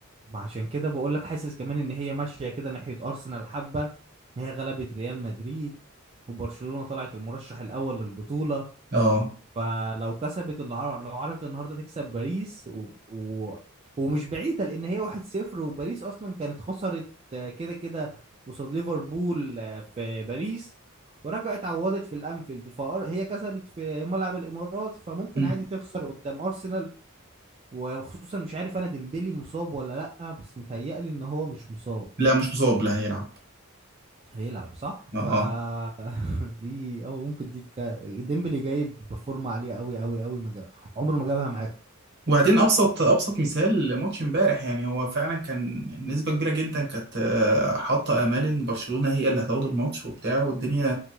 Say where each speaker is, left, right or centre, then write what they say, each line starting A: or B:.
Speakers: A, on the right; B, on the right.
A: ما عشان كده بقول لك حاسس كمان ان هي ماشية كده ناحية ارسنال حبة ان هي غلبت ريال مدريد وبرشلونة طلعت المرشح الاول للبطولة
B: اه
A: فلو كسبت النهار- لو عرفت النهارده تكسب باريس و... و... ومش بعيده لان هي 1-0 وباريس اصلا كانت خسرت آه، كده كده قصاد ليفربول آه، في باريس ورجعت عوضت في الانفيلد فهي كسبت في ملعب الامارات فممكن
B: مم.
A: عادي تخسر قدام ارسنال وخصوصا مش عارف انا ديمبلي مصاب ولا لا بس متهيألي ان هو مش مصاب
B: لا مش مصاب لا هيلعب
A: هيلعب صح ف
B: اه آه.
A: <laughs> دي او ممكن دي تك... ديمبلي جايب بفورمه عاليه قوي قوي قوي ما جا- عمره ما جابها معاكم
B: وبعدين ابسط ابسط مثال ماتش امبارح يعني هو فعلا كان نسبه كبيره جدا كانت آه، حاطه امال ان برشلونه هي اللي هتاخد الماتش وبتاع والدنيا